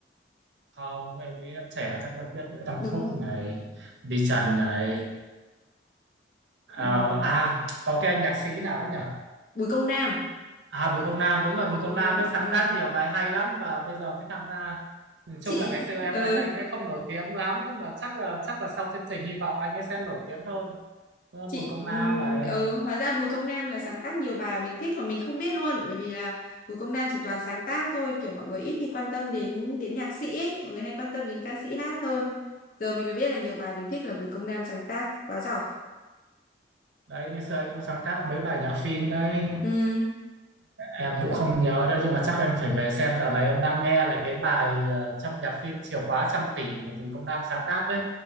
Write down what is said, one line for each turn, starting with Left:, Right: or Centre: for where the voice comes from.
Right: Không, em nghĩ trẻ chắc là biết Nguyễn Tâm
Left: đúng
Right: Phúc
Left: không
Right: này, đi Trần này. Ờ,
Left: Ừm,
Right: à, có cái anh nhạc sĩ nào đó nhỉ?
Left: Bùi Công Nam
Right: À, Bùi Công Nam, đúng rồi,
Left: Bùi
Right: Bùi Công
Left: Công Nam
Right: Nam đấy sáng
Left: ừm,
Right: tác nhiều bài hay lắm mà bây giờ mới tham gia. Nói
Left: chị
Right: chung là ngày xưa em
Left: ờ
Right: thấy anh đấy không nổi tiếng lắm nhưng mà chắc là chắc là sau chương trình hy vọng anh ấy sẽ nổi tiếng hơn. Đúng
Left: chị
Right: không? Bùi Công
Left: ừm,
Right: Nam này.
Left: ờ hóa ra Bùi Công Nam là sáng tác nhiều bài mà mình thích mà mình không biết luôn bởi vì là Bùi Công Nam chỉ toàn sáng tác thôi kiểu mọi người ít khi quan tâm đến đến nhạc sĩ ấy. mọi người hay quan tâm đến ca sĩ hát hơn giờ mình mới biết là nhiều bài mình thích là Bùi Công Nam sáng tác quá giỏi
Right: đấy ngày xưa anh cũng sáng tác mấy bài nhạc phim đấy
Left: ừ
Right: em cũng không nhớ đâu nhưng mà chắc em phải về xem dạo này em đang nghe lại cái bài ờ, trong nhạc phim Chìa khóa trăm tỷ của Bùi Công Nam sáng tác đấy